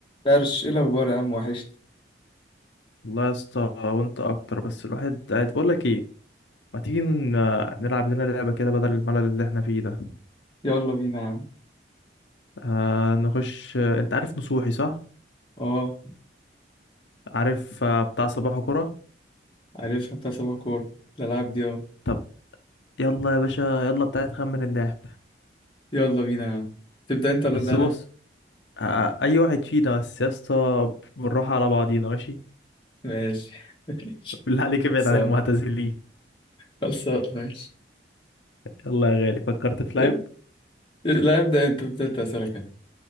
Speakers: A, on the left; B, on the left.
A: درش ايه الاخبار يا عم وحشت
B: والله يا اسطى وانت اكتر بس الواحد قاعد بقول لك ايه ما تيجي ن- نلعب لنا لعبه كده بدل الملل اللي احنا فيه ده
A: يلا بينا يا عم
B: آه نخش انت عارف نصوحي صح
A: اه
B: عارف آه، بتاع صباح كرة
A: عارفها بتاع صباح كور الالعاب دي اه
B: طب يلا يا باشا يلا بتاعي تخمن اللاعب
A: يلا بينا يا عم تبدا انت ولا
B: بس
A: ابدا انا
B: بص آه اي واحد فينا بس يا اسطى بالراحه على بعضينا ماشي
A: ماشي <laughs> ماشي
B: بالله عليك ابعد
A: خلصان
B: عن المعتزلين
A: خلصان ماشي
B: يلا يا غالي فكرت في لاعب
A: إب- لا ابدا انت ابدا انت اسالك أنا.